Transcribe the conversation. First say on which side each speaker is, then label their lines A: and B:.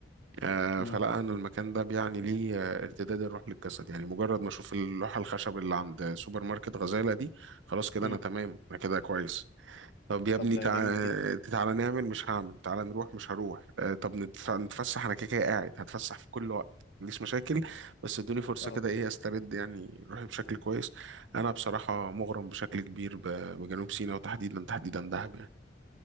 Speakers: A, on the right; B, on the left.
A: آه
B: م.
A: فلا انا المكان ده بيعني لي آه ارتداد الروح للجسد يعني مجرد ما اشوف اللوحة الخشب اللي عند سوبر ماركت غزالة دي خلاص كده
B: م.
A: انا تمام انا كده كويس طب يا
B: طب
A: ابني
B: ده
A: تعالى
B: جامد جدا
A: تعالى نعمل مش هعمل تعالى نروح مش هروح آه، طب نتف- نتفسح انا كده كده قاعد هتفسح في كل وقت ما عنديش مشاكل بس ادوني فرصة
B: اه
A: كده ايه استرد يعني روحي بشكل كويس انا بصراحة مغرم بشكل كبير ب- بجنوب سيناء وتحديدا تحديدا دهب